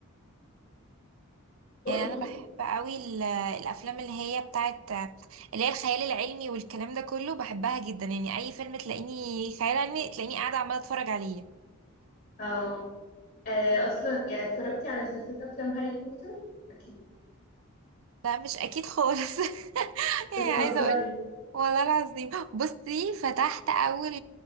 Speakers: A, on the left; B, on the right.
A: قولي
B: يعني انا
A: قولي.
B: بحب قوي ال- الافلام اللي هي بتاعت اللي هي الخيال العلمي والكلام ده كله بحبها جدا يعني اي فيلم تلاقيني خيال علمي تلاقيني قاعدة عمالة اتفرج عليه
A: اه آه، اصلا يعني اتفرجتي على سلسلة افلام هاري بوتر اكيد
B: لا مش اكيد خالص <laughs> ايه
A: بتهزري
B: عايزه <laughs> اقول والله العظيم بصي فتحت اول